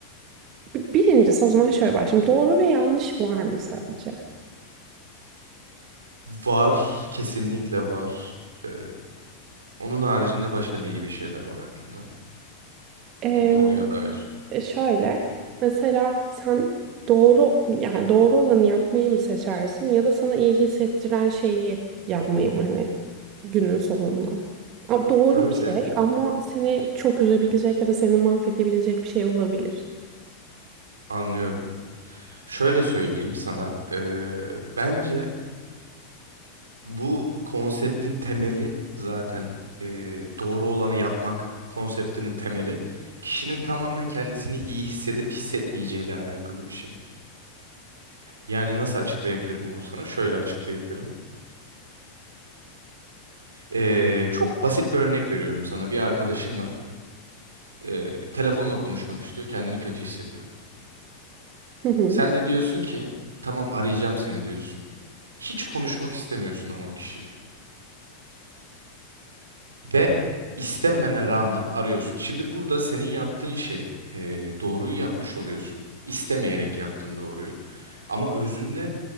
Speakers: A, on the right; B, on the right.
A: bi- birincisi o zaman şöyle başlayayım. Doğru ve yanlış var mı sence?
B: Var, kesinlikle var. Ee, onun haricinde başka ne gibi şeyler var aklımda
A: Em,
B: bu konuya dair?
A: e, şöyle mesela sen doğru yani doğru olanı yapmayı mı seçersin ya da sana iyi hissettiren şeyi yapmayı mı hani günün sonunda? A- Doğru
B: Şöyle
A: bir şey ama seni çok üzebilecek ya da seni mahvedebilecek bir şey olabilir.
B: anlıyorum. Şöyle söyleyeyim sana. ee, bence bu konseptin temeli zaten ee, doğru olanı yapmak konseptinin temeli kişinin tamamen kendisini iyi hissedip hissetmeyeceğiyle alakalı bir şey. Yani nasıl açıklayabilirim bunu sana? Şöyle açıklayabilirim. Ee, çok basit bir örnek veriyorum sana. Bir arkadaşın var. e, telefonla konuşmak istiyor, kendini kötü hissediyor.
A: Hı hı.
B: Sen de diyorsun ki tamam arayacağım seni diyorsun. Hiç konuşmak istemiyorsun ama o kişiyle. Ve istememene rağmen arıyorsun. Şimdi burada senin yaptığın şey e, doğruyu yapmış oluyorsun. İstemeyerek yaptın doğruyu. Ama özünde